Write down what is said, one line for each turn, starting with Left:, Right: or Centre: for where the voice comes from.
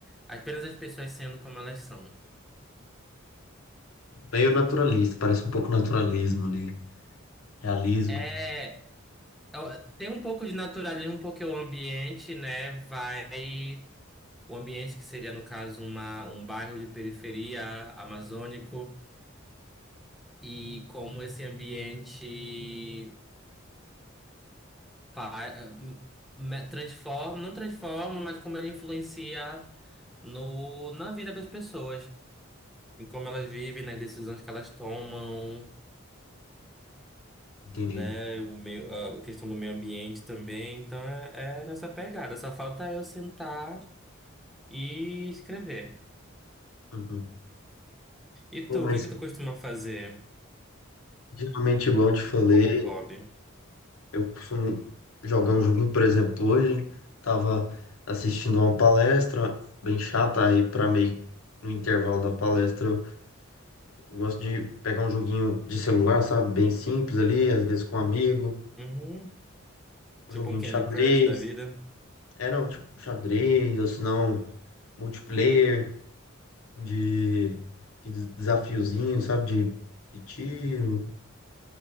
Centre: apenas as pessoas sendo como elas são.
Left: meio naturalista, parece um pouco naturalismo ali, realismo,
Centre: É, ó, tem um pouco de naturalismo porque o ambiente, né, vai, o ambiente que seria no caso uma, um bairro de periferia amazônico e como esse ambiente fa- hum, me- transforma, não transforma, mas como ele influencia no, na vida das pessoas, em como elas vivem, nas decisões que elas tomam.
Left: entendi.
Centre: Né, o meio, a questão do meio ambiente também, então é, é nessa pegada. Só falta eu sentar E escrever.
Left: Uhum.
Centre: E
Left: Pô,
Centre: tu,
Left: mas
Centre: o que é que tu costuma fazer
Left: geralmente, igual eu te falei,
Centre: como hobby?
Left: eu costumo jogar um joguinho, por exemplo, hoje, tava assistindo uma palestra bem chata, aí pra meio no intervalo da palestra, eu eu gosto de pegar um joguinho de celular, sabe, bem simples ali, às vezes com um amigo,
Centre: Uhum. Tipo
Left: um joguinho
Centre: um Candy
Left: de xadrez,
Centre: Crush da vida?
Left: é, não, tipo xadrez, ou se não, multiplayer. de, de desafiozinho, sabe? De, de tiro,